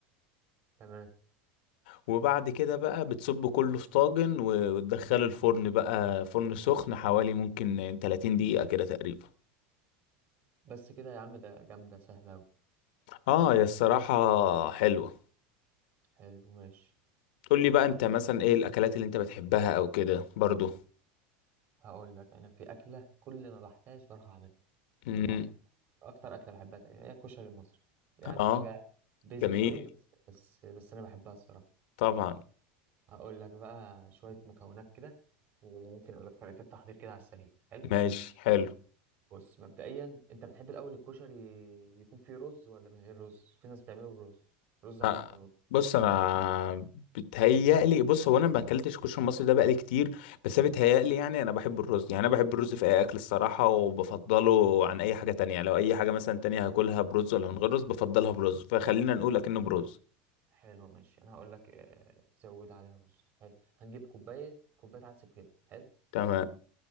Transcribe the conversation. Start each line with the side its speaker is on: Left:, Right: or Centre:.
Right: تمام
Left: وبعد كده بقى بتصب كله في طاجن و- وتدخله الفرن بقى فرن سخن حوالي ممكن 30 دقيقة كده تقريبا
Right: بس كده يا عم ده جامدة سهلة أوي
Left: اه يا الصراحة حلوة
Right: حلو ماشي
Left: قول لي بقى انت مثلا ايه الاكلات اللي انت بتحبها او كده برضو
Right: هقول لك انا في اكله كل ما بحتاج بروح اعملها
Left: مم.
Right: من الاخر اكتر اكله بحبها تقريبا هي الكشري المصري يعني
Left: اه
Right: حاجه بيزك
Left: جميل
Right: قوي بس بس بس انا بحبها الصراحه
Left: طبعا
Right: هقول لك بقى شويه مكونات كده وممكن اقول لك طريقه التحضير كده على السريع حلو
Left: ماشي حلو
Right: بص مبدئيا انت بتحب الاول الكشري يكون فيه رز ولا من غير رز في ناس بتعمله برز رز
Left: ها.
Right: على مكرونه
Left: بص انا بتهيألي بص هو انا ما اكلتش كشري المصري ده بقالي كتير بس أنا بتهيألي يعني انا بحب الرز يعني انا بحب الرز في اي اكل الصراحه وبفضله عن اي حاجه تانية يعني لو اي حاجه مثلا تانية هاكلها برز ولا من غير رز بفضلها برز فخلينا نقول اكنه برز
Right: حلو ماشي انا هقول لك آه، تزود عليها رز حلو هنجيب كوبايه كوبايه عدس بجد حلو
Left: تمام